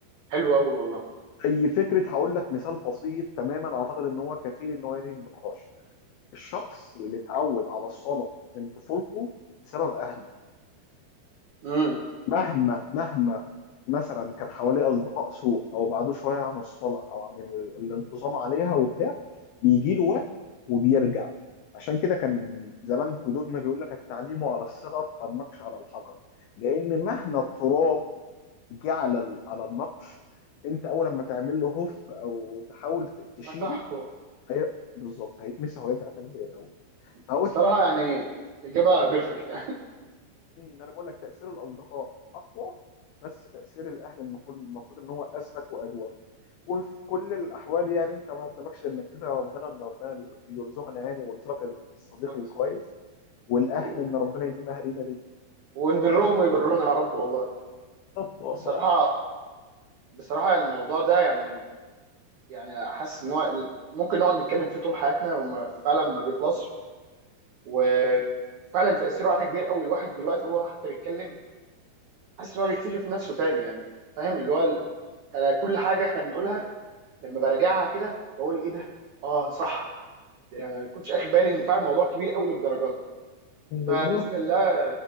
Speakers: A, on the right; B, on the left.
A: حلو قوي والله
B: زي فكره هقول لك مثال بسيط تماما اعتقد ان هو كفيل ان هو ينهي النقاش الشخص اللي اتعود على الصلاه من طفولته بسبب اهله
A: امم
B: مهما مهما مثلا كان حواليه اصدقاء سوء او بعدوه شويه عن الصلاه او عن ال- الانتظام عليها وبتاع بيجي له وقت وبيرجع عشان كده كان زمان جدودنا بيقول لك التعليم على الصغر كالنقش على الحجر لان مهما التراب جه على ال- على النقش انت اول ما تعمل له هف او تحاول ت- تشيله
A: ما صح
B: هي بالظبط هيتمسح ويرجع تاني زي الاول فهو
A: بصراحة يعني إجابة بيرفكت يعني
B: مم، انا بقول لك تاثير الاصدقاء اقوى بس تاثير الاهل المفروض المفروض ان هو اثبت وادوى وفي كل الاحوال يعني انت ما قدامكش انك تدعي ربنا ان ربنا يرزق- يرزقنا يعني ويرزقك الصديق
A: <laughs> بالظبط
B: الكويس والاهل
A: و...
B: ان ربنا يديم اهالينا ليك
A: ونبرهم ويبرونا يا رب والله
B: بالظبط والله
A: بصراحة بصراحة الموضوع ده يعني يعني حاسس إن هو ممكن نقعد نتكلم فيه طول حياتنا وما فعلا ما بيخلصش وفعلا تأثيره علينا كبير قوي الواحد دلوقتي وهو حتى بيتكلم حاسس إن هو بيكتشف نفسه تاني يعني فاهم اللي هو ال- أنا كل حاجة إحنا بنقولها لما براجعها كده بقول إيه ده؟ آه صح ده أنا ما كنتش أخد بالي إن فعلا الموضوع كبير قوي للدرجة دي
B: بالظبط
A: فبإذن الله